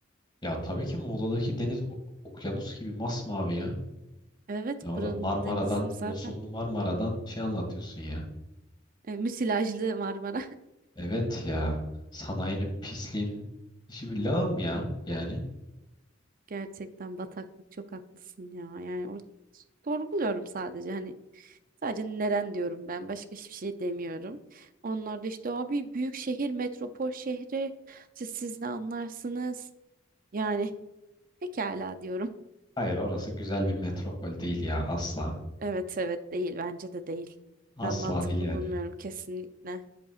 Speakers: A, on the left; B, on the right.
A: Ya tabii ki Muğla'daki deniz o- okyanus gibi masmavi ya.
B: Evet,
A: Sen orada
B: buranın
A: Marmara'dan,
B: denizin zaten
A: yosunlu Marmara'dan şey anlatıyorsun ya.
B: e, müsilajlı Marmara.
A: Evet ya. Sanayinin pisliğinin işi bir lağım ya yani.
B: Gerçekten bataklık çok haklısın ya. Yani or sorguluyorum sadece hani sadece neren diyorum ben başka hiçbir şey demiyorum. Onlar da işte abi büyük şehir metropol şehri işte siz ne anlarsınız? Yani <laughs> pekala diyorum.
A: Hayır orası güzel bir metropol değil ya asla.
B: Evet evet değil bence de değil.
A: Asla
B: Ben mantıklı
A: değil yani.
B: bulmuyorum kesinlikle.